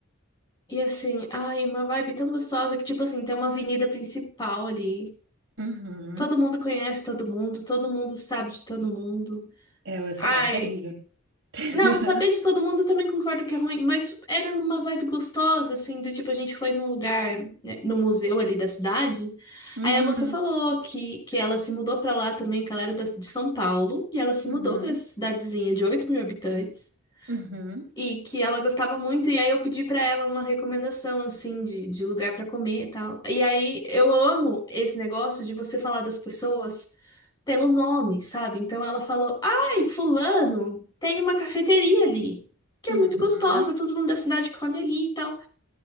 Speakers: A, on the left; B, on the right.
A: E assim, ai, uma vibe tão gostosa que, tipo assim, tem uma avenida principal ali.
B: uhum.
A: Todo mundo conhece todo mundo, todo mundo sabe de todo mundo.
B: É, essa
A: Ai,
B: parte é horrível. <laughs>
A: não, saber de todo mundo eu também concordo que é ruim, mas era numa vibe gostosa, assim, do tipo, a gente foi num lugar, né, no museu ali da cidade,
B: Uhum,
A: aí a moça falou que, que ela se mudou pra lá também, que ela era da- de São Paulo, e ela se
B: uhum,
A: mudou pra essa cidadezinha de 8 mil habitantes,
B: uhum,
A: e que ela gostava muito, e aí eu pedi pra ela uma recomendação, assim, de, de lugar pra comer e tal. E aí eu amo esse negócio de você falar das pessoas pelo nome, sabe? Então ela falou: Ai, Fulano, tem uma cafeteria ali, que
B: uhum,
A: é muito gostosa, todo mundo da cidade come ali e tal.